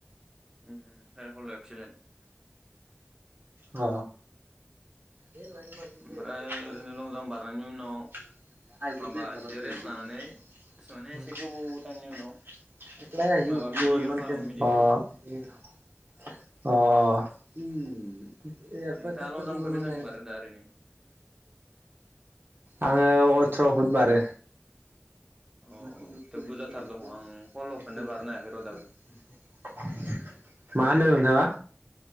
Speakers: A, on the right; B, on the right.
A: उम हल्लआव एक्सिलेन्ट
B: अ <unintelligible>
A: ओमफ्राय ओरैनो लं जाम्प बारनायनि उनाव माबा एसे रेस्ट लानानै माने एसे गोबाव टाइमनि उनाव माबा मेडिकेल खालामो मेडिकेल
B: उम <unintelligible>
A: नोंथाङा लं जाम्पखौ बेसेबां दा ओरैनो
B: आङो अथ्र' फुट बारो
A: अ
B: <unintelligible>
A: बुरजाथार दङ आं हल'खौनो बारनो हायाखै र' दाबो
B: मा होनदों नोंथाङा <inaudible>